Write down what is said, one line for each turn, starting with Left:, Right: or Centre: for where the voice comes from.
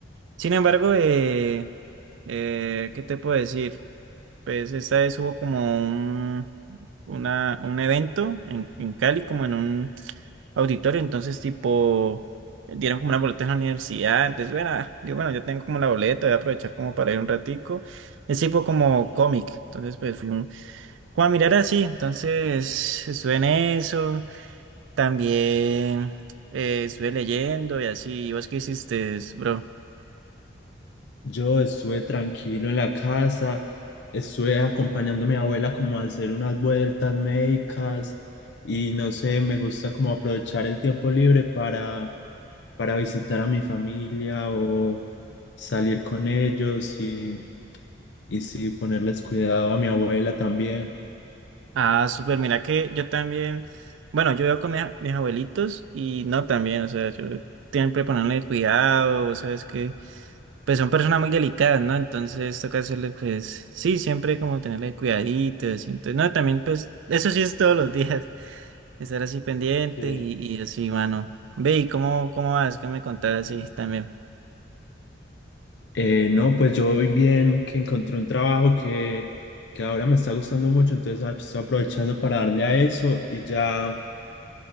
Right: Sin embargo, eh, eh, ¿qué te puedo decir? Pues esta vez hubo como un, una, un evento en, en Cali, como en un auditorio, entonces tipo, dieron como una boleta en la universidad. Entonces, bueno, ah, digo, bueno, yo tengo como la boleta, voy a aprovechar como para ir un ratico. Es tipo como cómic, entonces pues fui un Juan Mirara, sí, entonces estuve en eso, también eh, estuve leyendo y así, ¿Y ¿vos qué hiciste, bro?
Left: Yo estuve tranquilo en la casa, estuve acompañando a mi abuela como a hacer unas vueltas médicas y no sé, me gusta como aprovechar el tiempo libre para, para visitar a mi familia o salir con ellos y, y sí, ponerles cuidado a mi abuela también.
Right: Ah, súper, mira que yo también, bueno, yo vivo con mi a- mis abuelitos y no también, o sea, yo siempre ponerle cuidado, vos sabes que, pues son personas muy delicadas, ¿no? Entonces toca hacerle, pues, sí, siempre como tenerle cuidadito, así, entonces, no, también, pues, eso sí es todos los días. estar así pendientes
Left: Sí.
Right: y, y así, mano. Ve, ¿y cómo, cómo vas? ¿Qué me contás así también?
Left: Eh, no, pues yo voy bien, que encontré un trabajo que, que ahora me está gustando mucho, entonces ah, pues, estoy aprovechando para darle a eso y ya